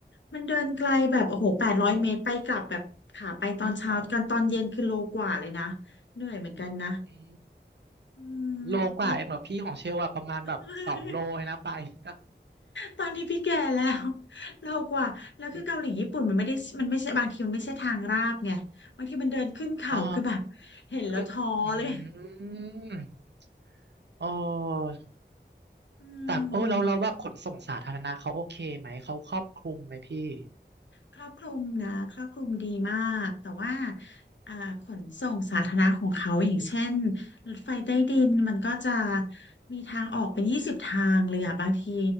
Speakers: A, on the left; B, on the right.
A: มันเดินไกลแบบโอ้โหแปดร้อยเมตรไปกลับแบบขาไปตอนเช้ากันตอนเย็นคือโลกว่าเลยนะ
B: เออ <laughs> อ๋อ
A: เหนื่อยเหมือนกันนะ
B: อืม
A: อืมแล้ว
B: โลกว่าเองเหรอพี่ของเชลว่าประมาณแบบสองโลเลยนะไปก็
A: <laughs> ตอนนี้พี่แก่แล้ว <laughs> เรากว่าแล้วคือเกาหลีญี่ปุ่นมันไม่ได้มันไม่ใช่บางทีมันไม่ใช่ทางราบไงบางทีมันเดินขึ้นเขาคือแบบ
B: <laughs> อ๋อ
A: เห็นแล้วท้อเลย
B: ขึ้นอืมโอ้
A: อื
B: ตากโอ้เราเราว่าขนส่งสาธารณะเขาโอเคไหมเขาครอบคลุมไหมพี่
A: มครอบคลุมนะครอบคลุมดีมากแต่ว่าอ่าขนส่งสาธารณะของเขาอย่างเช่นรถไฟใต้ดินมันก็จะมีทางออกเป็นยี่สิบทางเลยอะบางที